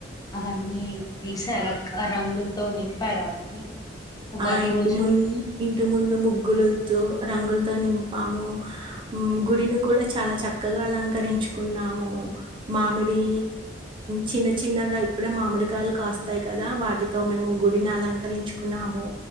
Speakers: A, on the left; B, on the right.
A: అవన్నీ వేసారు రంగులతో వింపారు అన్ని ఉగాది
B: ఆ ఇంటి
A: రోజు
B: ముందు ఇంటి ముందు ముగ్గులు రంగులతో నింపాము గుడిని కూడా చాలా చక్కగా అలంకరించుకున్నాము మామిడి చిన్న చిన్నగా ఇప్పుడే మామిడికాయలు కాస్తాయి కదా వాటితో మేము గుడిని అలంక రించుకున్నాము